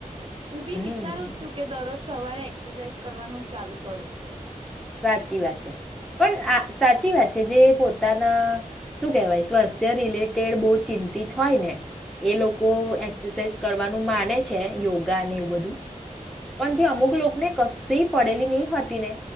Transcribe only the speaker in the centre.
હમ
સાચી વાત છે, પણ આ સાચી વાત છે જે પોતાના શું કેહેવાય સ્વાસ્થ્ય રિલેટેડ બહુ ચિંતિત હોય ને. એ લોકો
એક્સરસાઝ કરવાનું માને છે, યોગા ને એવું બધું. પણ જે અમુક લોકોને કશેય પડેલી નહી હતી ને